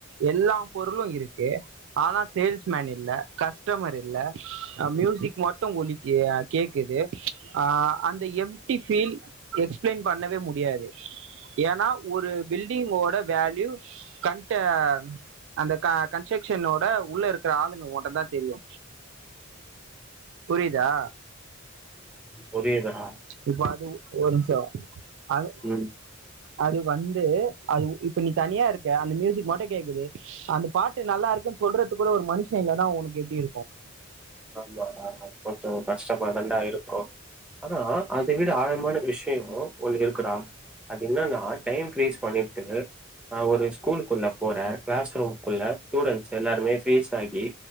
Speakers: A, on the right; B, in the centre.
A: எல்லா பொருளும் இருக்கு ஆனா சேல்ஸ்மேன் இல்ல கஸ்டமர் இல்ல மியூசிக் மட்டும் ஒலிக்கு கேக்குது அஹ் அந்த எம்டி ஃபீல் எக்ஸ்பிளைன் பண்ணவே முடியாது ஏனா ஒரு பில்டிங்கோட வேல்யூ கண்ட்ட அந்த க கன்சக்க்ஷனோட உள்ள இருக்குற ஆளுங்க ஓட்டதா தெரியு புரியிதா
B: புரியுது டா
A: இப்போ அது ஒரு நிம்ஷோ அது
B: ம்.
A: அது வந் து அதுவு இப்ப நீ தனியா இருக்க அந்த மியூசிக் மட்டு கேக்குது அந்த பாட்டு நல்லா இருக்குன் சொல்றத்துக் கூட ஒரு மனுஷ இல்லனா ஒனக்கு எப்டி இருக்கு
B: ஆமா டா அது கொஞ்சொ கஷ்டமா தன்டா இருக்கு ஆனா அதை விட ஆழமான விஷயொ ஒண்ணு இருக்குடா அது என்னன்னா டைம் க்ரீஸ் பண்ணிட்டு ஆஹ் ஒரு ஸ்கூலுக்குள்ள போற கிளாஸ் ரூம்க்குள்ள ஸ்டூடெண்ட்ஸ் எல்லாருமே ஃப்ரீஸ் ஆகி